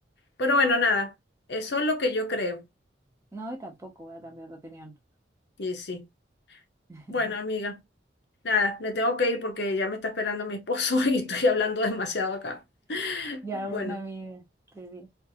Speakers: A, on the left (about 65°); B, on the right (about 15°).
A: pero bueno, nada, eso es lo que yo creo.
B: no, y tampoco voy a cambiar de opinión.
A: Y sí,
B: <laughs>
A: bueno, amiga, nada, me tengo que ir porque ya me está esperando mi esposo <laughs> y estoy hablando demasiado acá.
B: Ya,
A: Bueno.
B: buena amiga. te vi.